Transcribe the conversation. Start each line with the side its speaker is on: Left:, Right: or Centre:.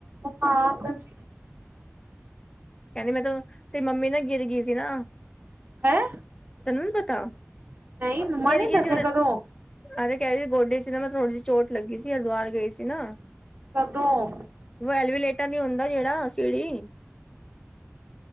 Right: ਹਾਂ ਗਈ ਸੀ।
Left: ਕਹਿੰਦੀ ਮੈਂਨੂੰ ਤੇਰੀ ਮੰਮੀ ਨਾ ਗਿੱਰ ਗਈ ਸੀ ਨਾ।
Right: ਹੈਂ
Left: ਤੈਨੂੰ ਨਹੀਂ ਪਤਾ,
Right: ਨਹੀਂ ਮੰਮਾ
Left: ਗੀਰਗੀ
Right: ਨੇ ਦੱਸਿਆ
Left: ਸੀ ਉ
Right: ਕਦੋਂ
Left: ਅਰੈ ਕਹਿ ਰ ਸੀ ਗੋਡੇ ਚ' ਨਾ ਮੈਂ ਥੋੜੀ ਜਿਹੀ ਚੋਟ ਲੱਗੀ ਸੀ ਹਰੀਦੁਵਾਰ ਗਏ ਸੀ ਨਾ।
Right: ਕੱਦੋਂ?
Left: ਵੋ ਐਲਵੀਲੇਟਰ ਨੀ ਹੁੰਦਾ ਜਿਹੜਾ ਸੀੜੀ।